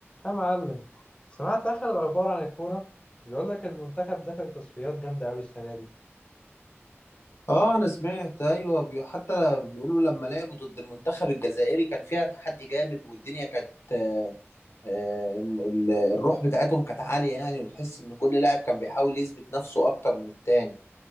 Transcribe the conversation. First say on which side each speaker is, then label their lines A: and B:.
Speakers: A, on the left; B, on the left.
A: يا معلم سمعت آخر الأخبار عن الكورة بيقول لك المنتخب دخل تصفيات جامدة أوي السنة دي
B: اه انا سمعت ايوه بي- حتى ل- بيقولوا لما لعبوا ضد المنتخب الجزائري كان فيها تحدي جامد والدنيا كانت آه، آه، الم- ال- الروح بتاعتهم كانت عالية يعني وتحس ان كل لاعب كان بيحاول يثبت نفسه اكتر من التاني